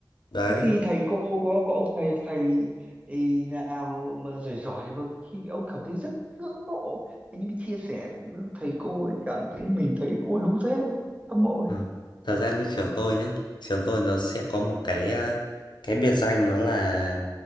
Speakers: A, on the left; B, on the right.
A: đấy
B: Thế khi thầy cô có có ông thầy thầy ý nào mà giỏi giỏi mà khi ông cảm thấy rất ngưỡng mộ thế những cái chia sẻ của thầy cô ấy cảm thấy mình thấy ui đúng thế hâm mộ đấy
A: ừ. thật ra như trường tôi nhá trường tôi nó sẽ có một cái à, cái biệt danh nó là